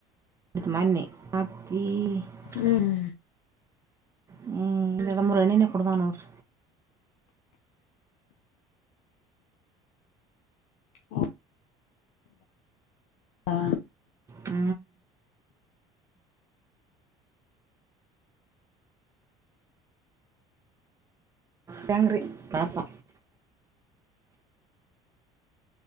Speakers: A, on the right; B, on the left.
A: ಎಡ್ತು ಮನ್ನೆ ಅತ್ತೀ.. <unintelligible>
B: ಹ್ಮ್
A: ಹ್ಮ್ ಎಡ ಮುರಾಣನ ಪ್ರದಾನರು..
B: ಹ. ಹಾ.
A: ಹ್ಮ ಟ್ಯಾಂಗ್ರಿ ದಪ